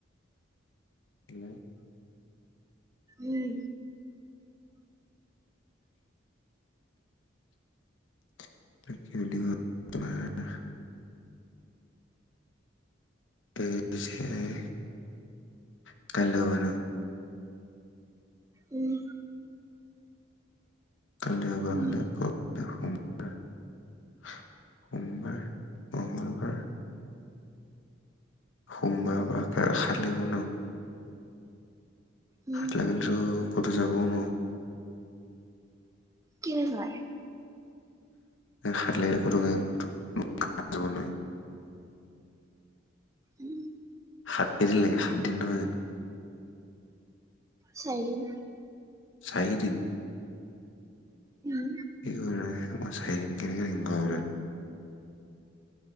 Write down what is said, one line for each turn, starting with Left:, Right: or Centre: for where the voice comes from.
Left: <unintelligible>
Right: উম।
Left: <unintelligible> <unintelligible>
Right: উম।
Left: <unintelligible>
Right: উম,
Left: সোমবাৰ, সোমবাৰ মংগলবাৰ। সোমবাৰ পৰা খালেও ন
Right: উম
Left: <unintelligible> যাব নোৱাৰো
Right: কিনো হয়
Left: এ সাত লাগিলে কতো উলাই যাব নোৱাৰি
Right: উম
Left: সাত কেইদিন লাগে সাতদিন নহয় জানো
Right: চাৰিদিন
Left: চাৰিদিন
Right: উম
Left: এয়ো নাই মই চাৰিদিন কেনেকৈ থাকিম ঘৰখনত